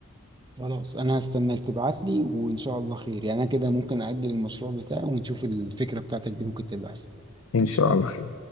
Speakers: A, on the right (about 20°); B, on the left (about 80°).
A: خلاص انا هستناك تبعت لي وان شاء الله خير يعني انا كده ممكن اجل المشروع بتاعي ونشوف الفكره بتاعتك دي ممكن تبقى احسن
B: ان شاء
A: ان شاء
B: الله
A: الله
B: خير